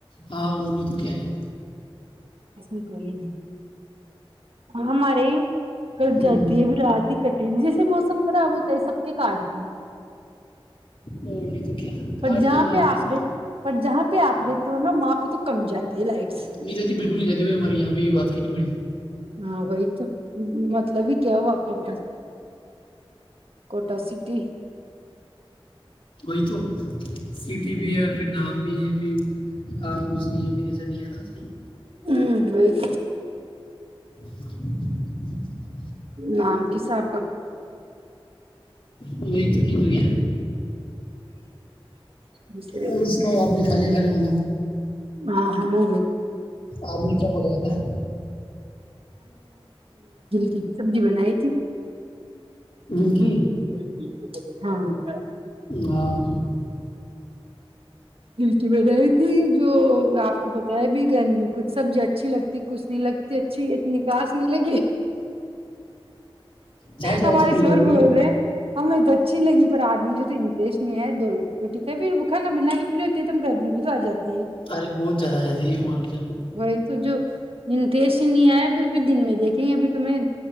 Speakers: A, on the left; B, on the right.
A: ہاں وہ نہیں تو کیا ہے
B: اس میں کوئی ہمارے کٹ
A: ہوں،
B: جاتی ہے اب رات ہی کٹی جیسے موسم خراب ہوتا ہے سب کے کاٹ تے ہے
A: اور نہیں تو کیا کاٹ
B: پر جہاں
A: تے ہی
B: پہ آپ
A: ہے
B: رہتے پر جہاں پہ آپ رہتے ہونا وہاں پہ تو کم جاتی ہے لائٹس
A: نہیں جاتی بالکل نہیں جاتی بھائی ہمارے یہاں یہ بات کہنی بڑی
B: ہاں وہی تو مطلب بھی کیا ہوا کوٹا کوٹا سٹی
A: وہئی تو سیٹی بیر پھر نام بھی ہے پھر کام کچ نہیں ہے پھر نظر نہیں آتا صحیح
B: ہوں وہی تو <inaudible>
A: <inaudible>
B: نام کساب
A: وہی تو نکل گیا
B: جسے
A: اور سناؤ آپ نے کالے کھانے والا
B: <unintelligible> <unintelligible> وہ گھل
A: آپ نے کیا پکایا تھا
B: کی کی سبزی بنائی تھی
A: گلکی
B: <inaudible> ہوں
A: ہاں
B: دھلکی میں رہی تھی جو آپ کا میں بھی گرمیوں کچھ سبزی اچھی لگتی ہے کچھ نہیں لگتی اچھی اتنی کھاس نہیں لگی
A: چچ
B: ہمارے
A: واچ پی
B: شور
A: یا کرو
B: بول رہے ہمیں تو اچھی لگی پر آج مجھے تو انترسٹ نہیں ہے دو روٹی پھر بھی کھانا بنا کے <unintelligible>
A: ارے بہت زیادہ جاتی ہے مان کے چلو
B: وہی تو جو انٹریسٹ نہیں آیا پھر بھی دن میں دیکھیں گے ابھی تو میں